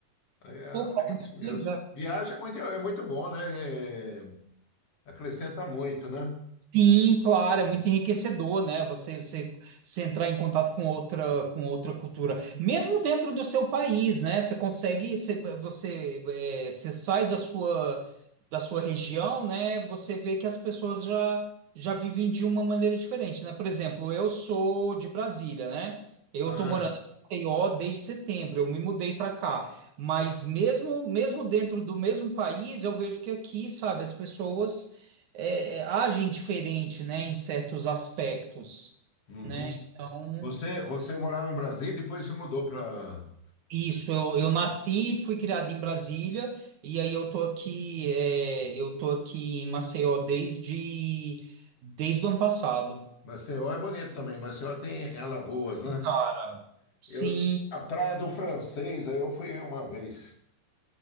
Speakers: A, on the left; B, on the right.
A: É, é
B: Pô, cara,
A: isso
B: mas que
A: mesmo.
B: legal.
A: Viagem é muito, é muito bom, né? É, acrescenta muito, né?
B: Sim, claro, é muito enriquecedor, né? Você, você, você entrar em contato com outra, com outra cultura, mesmo dentro do seu país, né? Você consegue, você, você, é, você sai da sua, da sua região, né? Você vê que as pessoas já, já vivem de uma maneira diferente, né? Por exemplo, eu sou de Brasília, né? Eu
A: Ah,
B: tô morando em Maceió desde setembro, eu me mudei para cá, mas mesmo, mesmo dentro do mesmo país, eu vejo que aqui, sabe, as pessoas é, é, agem diferente, né, em certos aspectos,
A: uhum.
B: né? Então,
A: Você, você morava em Brasília, e depois se mudou para
B: isso, eu, eu nasci, fui criado em Brasília, e aí eu tô aqui, é, eu tô aqui em Maceió desde, desde o ano passado.
A: Maceió, é bonito também. Maceió tem é Alagoas, né?
B: Cara, sim,
A: Eu, a Praia do Francês, aí eu fui uma vez.